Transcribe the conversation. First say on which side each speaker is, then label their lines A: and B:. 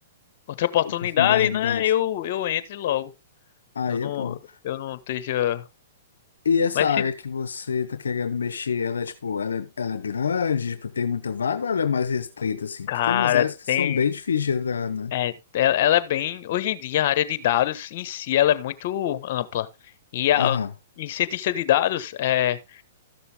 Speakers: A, on the left; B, on the left.
A: outra oportunidade,
B: Oportunidade.
A: né?
B: idade.
A: Eu eu entre logo.
B: Aí
A: Eu não
B: é bom.
A: eu não esteja,
B: E essa
A: mas
B: área
A: se
B: que você tá querendo mexer, ela é tipo, ela é, ela é grande, tipo, tem muita vaga ou ela é mais restrita, assim?
A: cara,
B: Que tem umas áreas que
A: tem
B: são bem difíceis de entrar, né?
A: é, ela ela é bem, hoje em dia a área de dados em si ela é muito ampla. E a
B: Aham.
A: e cientista de dados é